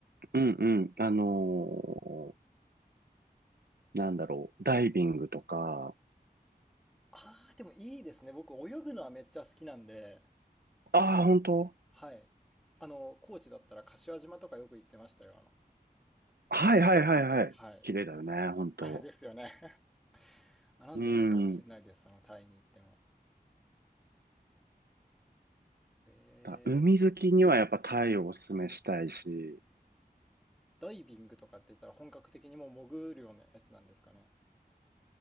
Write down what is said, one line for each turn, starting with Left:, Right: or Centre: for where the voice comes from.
Right: うんうん、あのーなんだろう、ダイビングとか、
Centre: あー、でもいいですね。僕泳ぐのはめっちゃ好きなんで。
Right: ああ、本当。
Centre: はい。あの、高知だったら柏島とかよく行ってましたよ。あの、
Right: はいはいはいはい。
Centre: はい。
Right: 綺麗だよね、本当。
Centre: あれですよね。あ、なんでいいかもしれないです、
Right: うん。
Centre: そのタイに行っても。へえ。
Right: だ海好きにはやっぱタイをおすすめしたいし。
Centre: ダイビングとかって言ったら本格的にもう潜るようなやつなんですかね。